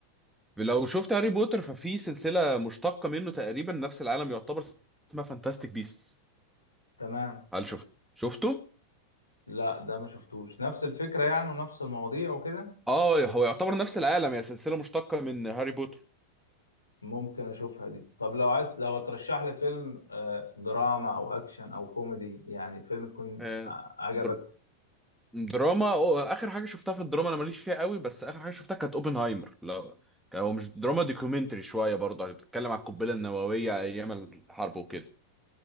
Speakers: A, in the centre; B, on the left (about 80°).
A: لو شفت هاري بوتر ففي سلسلة مشتقة منه تقريبا نفس العالم يعتبر اسمها فانتاستيك بيست
B: تمام
A: هل شفت شفته؟
B: لا ده ما شفتوش نفس الفكرة يعني ونفس المواضيع وكده
A: اه هو يعتبر نفس العالم هي سلسلة مشتقة من هاري بوتر
B: ممكن اشوفها دي طب لو عايز لو هترشح لي فيلم آه، دراما او اكشن او كوميدي يعني فيلم تكون
A: آه،
B: آه، عجبك
A: در- دراما أو- اخر حاجه شفتها في الدراما انا ماليش فيها قوي بس اخر حاجه شفتها كانت اوبنهايمر لا كان هو مش دراما دوكيومنتري شويه برضه يعني بتتكلم على القنبله النوويه ايام الحرب وكده